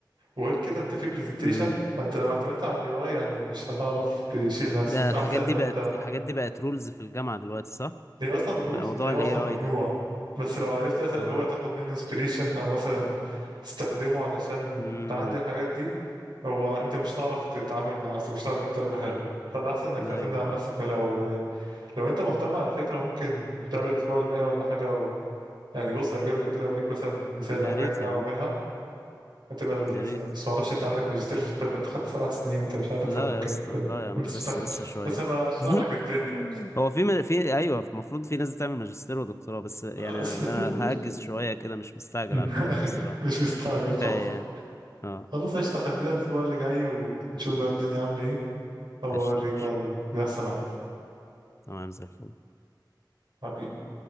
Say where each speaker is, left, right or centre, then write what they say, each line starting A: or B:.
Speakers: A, on the right; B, on the left.
A: وغير كده انت في برزنتيشن
B: امم
A: فانت لو اعتمدت على الاي اي يعني مش هتعرف تشيل نفسك
B: ده
A: احسن
B: الحاجات دي
A: لو
B: بقت
A: انت
B: الحاجات دي بقت رولز في الجامعة دلوقتي صح
A: هي اصلا رولز
B: بقى موضوع
A: ان هي اصلا
B: الاي اي
A: ممنوعه
B: ده
A: بس لو عرفت مثلا
B: اه
A: اللي هو تاخد منه inspiration او مثلا تستخدمه علشان
B: امم
A: تعدي الحاجات دي هو انت مش هتعرف تتعامل مع نفسك مش هتعرف تجيب درجه حلوه فالاحسن انك تعتمد
B: ايوه
A: على
B: آه.
A: نفسك من الاول يعني لو انت مهتم على فكره ممكن نتقابل الاسبوع اللي جاي ولا حاجه و... يعني بص اجيب لك كده اوريك مثلا مثال
B: يا
A: على الحاجات
B: ريت
A: اللي
B: يا
A: انا
B: عم
A: بعملها هتبقى لذيذه
B: يا ريت
A: يعني بس معرفش انت عندك ماجستير في الطب انت خدت سبع سنين انت مش عايز اكتر
B: لا
A: من كده
B: يا اسطى
A: انت
B: لا يا عم
A: أنت بتشتغل
B: لسه لسه شوية
A: بس هبقى اشرح
B: <laughs>
A: لك الدنيا
B: هو في م- في ايوه المفروض في ناس بتعمل ماجستير ودكتوراه بس يعني
A: بس
B: انا
A: <laughs>
B: هأجز شوية كده مش مستعجل
A: أيوه،
B: على الحوار ده الصراحة
A: مش مستعجل خالص
B: كفاية يعني اه
A: خلاص قشطة خلينا الأسبوع اللي جاي ونشوف بقى الدنيا عاملة ايه أو
B: قشطة
A: أوريك
B: يا باشا
A: بقى اللي بيحصل عندي
B: تمام زي الفل
A: حبيبي